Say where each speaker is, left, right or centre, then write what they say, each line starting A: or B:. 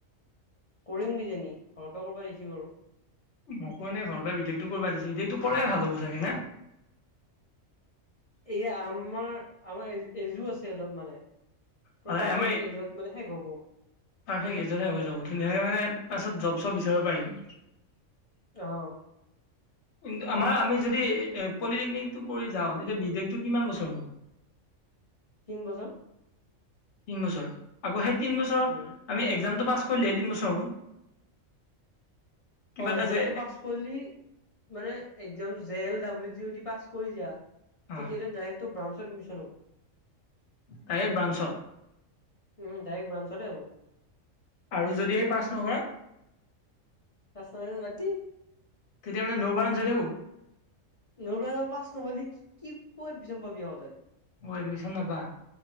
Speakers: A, on the left; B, on the left.
A: কৰিম কিজানি ঘৰৰ পৰা কৰিব দিছে বাৰু।
B: মোকো এনে ঘৰৰ পৰা বিটেকটো কৰিব দিছিল। বিটেকটো কৰাই ভাল হ'ব চাগে না?
A: এইয়া আমাৰ-আমাৰ এ এজো আছে অলপ মানে। তই
B: সদায়
A: পাৰফেক্ট
B: আমাৰ
A: এইজত মানে শেষ হ'ব।
B: পাৰফেক্ট এজতহে হৈ যাব। ধুনীয়াকে মানে পাছত জব-চব বিচাৰিব পাৰিম।
A: অঁ।
B: কিন্তু আমাৰ আমি যদি এ পলিটেকনিকটো কৰি যাওঁ তেতিয়া বিটেকটো কিমান বছৰ হ'ব?
A: তিন বছৰ।
B: তিন বছৰ। আকৌ সেই তিন বছৰ
A: উম
B: আমি একজামটো পাছ কৰিলেহে তিন বছৰ হ'ব? কিবা
A: অ
B: এটা
A: এক্জামটো
B: যে
A: পাছ কৰিলি মানে একজাম জে এল ডাব্লিটি যদি পাছ কৰি যাৱ।
B: অ
A: তেতিয়া হ'লেটো ডাইৰেক্ট তোৰ ব্ৰাঞ্চত এডমিচন হ'ব।
B: ডাইৰেক্ট ব্ৰাঞ্চত
A: উম! ডাইৰেক্ট ব্ৰাঞ্চতে হ'ব।
B: আৰু যদি সেই পাছ নকৰা?
A: পাছ নকৰিলে বাদদি।
B: তেতিয়া মানে ন‌ও ব্ৰাঞ্চ হৈ থাকিব?
A: ন‌ও ব্ৰাঞ্চ পাছ নহলি কি ক'ত এডমিছন পাবি তই।
B: অ! এডমিচন নাপা?